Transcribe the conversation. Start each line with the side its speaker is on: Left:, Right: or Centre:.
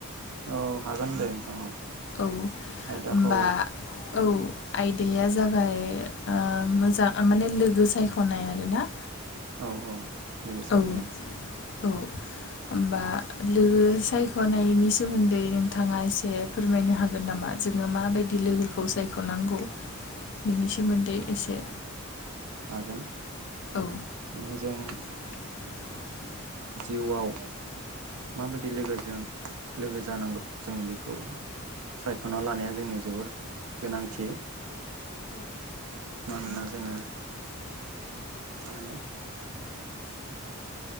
Right: औ हागोन दे नोंथां औ।
Left: औ होनबा
Right: आयदाखौ
Left: औ। आयदाया जाबाय ओ मोजां माने लोगो सायख'नाय आरोना
Right: औ औ लोगो सायख'नाय
Left: औ औ होमबा लोगो साय सायख'नायनि सोमोन्दै नोंथाङा एसे फोरमायनो हागोन नामा जोङो माबायदि लोगोखौ सायख'ना नांगौ बेनि सोमोन्दै
Right: औ
Left: एसे
Right: हागोन
Left: औ
Right: माने जों।
Left: <unintelligible>
Right: जिउआव माबायदि लोगोजों लोगो जानांगौ जों बेखौ सायख'ना लानाया जोंनि जोबोर गोनांथि मानोना जोङो मा होनो